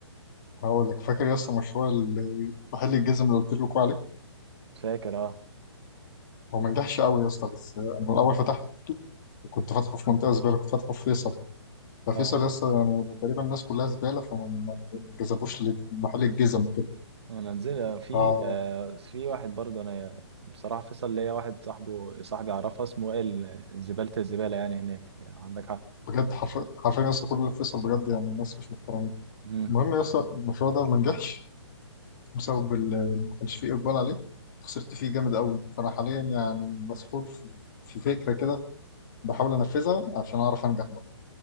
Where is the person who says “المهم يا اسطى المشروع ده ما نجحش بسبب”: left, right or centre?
Left